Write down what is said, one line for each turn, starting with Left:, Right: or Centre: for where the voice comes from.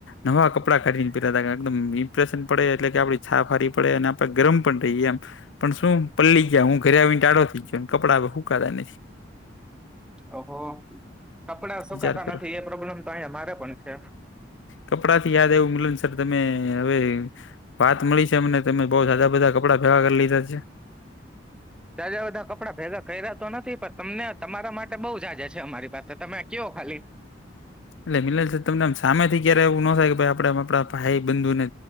Left: નવા કપડાં કાઢીને પેરયાતા એકદમ ઇમ્પ્રેશન પડે એટલે કે આપડી છાપ હારી પડે અને આપડે ગરમ પણ થહીએ એમ પણ શું પલળી ગયા હું ઘરે આવીને ટાળો થઈ ગયો કપડા હવે હૂકાતા નહીં
Centre: ઓહો કપડા સુકાતા
Left: વિચાર કરો
Centre: નથી એ પ્રોબ્લેમ તો અહીયા મારે પણ છે
Left: કપડાથી યાદ આવ્યું મિલન સર તમે હવે વાત મળી છે અમને તમે બઉ જાજા બધા કપડા ભેગા કરી લીધા છે
Centre: જાજા બધા કપડાં ભેગા કર્યા તો નથી પણ તમને તમારા માટે બહુ જાજા છે અમારી પાસે તમે કયો ખાલી
Left: એટલે મિલેલ છે તમને આમ સામે થી ક્યારે એવું ન થાય કે ભાઈ આપડે આપડા ભાઈ બંધુ ને